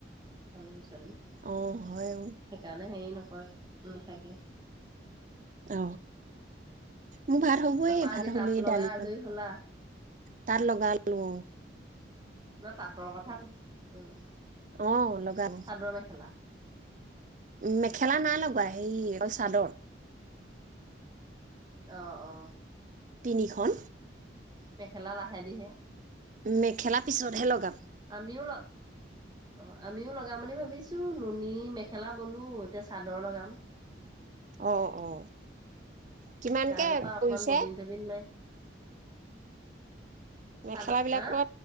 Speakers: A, on the right; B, on the right.
A: আলহি আছে সেইকাৰণে
B: অ হয় অ।
A: হেৰি নকৰে নাথাকে
B: অ মোৰ ভাত হ'বয়ে
A: তাৰপা আজি
B: ভাত হলে
A: তাঁত লগা
B: দালিকন
A: আজৰি হলা
B: তাত লগালো অ
A: ন তাতৰ কথা উম
B: অ লগাব
A: চাদৰ মেখেলা
B: উ মেখেলা না লগোৱা সেৰি চাদৰ
A: অ অ
B: তিনিখন
A: মেখেলা লাহেদিহে
B: মেখেলা পিছতহে লগাম
A: আমিও লগ অ আমিও লগাম বুলি ভাবিছো নুনী মেখেলা বলো এতিয়া চাদৰ লগাম
B: অ অ কিমানকে
A: তাইল পা অকমান
B: পৰিছে
A: ববিন চবিন মায়ে
B: মেখেলা
A: চাদৰ
B: বিলাকত
A: আহ